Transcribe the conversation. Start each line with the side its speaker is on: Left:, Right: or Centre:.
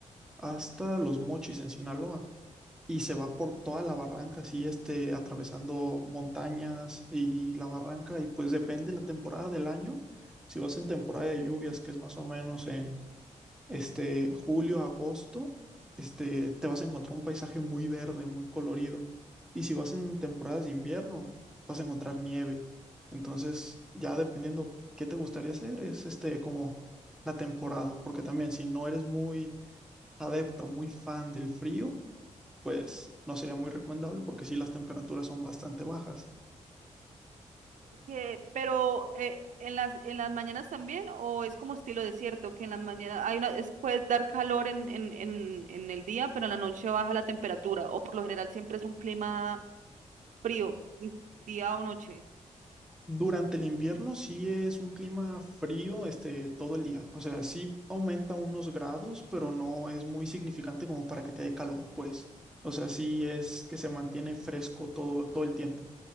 Centre: hasta Los Mochis en Sinaloa y se va por toda la barranca, así este, atravesando montañas y la barranca y pues depende la temporada del año. Si vas en temporada de lluvias, que es más o menos en este, julio, agosto, este, te vas a encontrar un paisaje muy verde, muy colorido. Y si vas en temporadas de invierno, vas a encontrar nieve. Entonces, ya dependiendo qué te gustaría hacer, es este, como la temporada, porque también si no eres muy adepta o muy fan del frío, pues no sería muy recomendable porque sí las temperaturas son bastante bajas.
Right: Que- pero eh, en las, en las mañanas también, o es como estilo desierto, que en las mañanas hay una, es, puede dar calor en, en, en, en el día, pero en la noche baja la temperatura, o por lo general siempre es un clima frío, mm, día o noche.
Centre: Durante el invierno sí es un clima frío, este, todo el día. O sea, sí aumenta unos grados, pero no es muy significante como para que te dé calor, pues. O sea, sí es que se mantiene fresco todo, todo el tiempo.